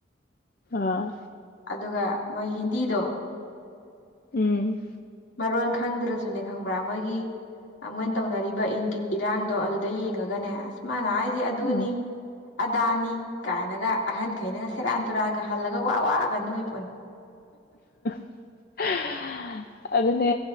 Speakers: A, on the left; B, on the left.
A: ꯑꯥ
B: ꯑꯗꯨꯒ ꯃꯣꯏ ꯍꯤꯟꯗꯤꯗꯣ
A: ꯎꯝ
B: ꯃꯔꯣꯟ ꯈꯪꯗ꯭ꯔꯁꯨꯅꯦ ꯈꯪꯕ꯭ꯔꯥ ꯃꯣꯏꯒꯤ ꯃꯣꯏꯅ ꯇꯧꯅꯔꯤꯕ ꯏꯪꯒꯤꯠ ꯏꯔꯥꯡꯗꯣ ꯑꯗꯨꯗ ꯌꯦꯡꯉꯒꯅꯦ ꯑꯁ ꯃꯥꯅ ꯍꯥꯏꯁꯦ ꯑꯗꯨꯅꯤ
A: ꯑꯥ
B: ꯑꯗꯥꯅꯤ ꯀꯥꯏꯅꯒ ꯑꯍꯟꯈꯩꯅꯒ ꯁꯦꯔꯥꯟ ꯇꯨꯔꯥꯟꯒ ꯍꯜꯂꯒ ꯋꯥ ꯋꯥꯑꯒ ꯅꯣꯏ ꯐꯣꯟ
A: <inaudible> ꯑꯗꯨꯅꯦ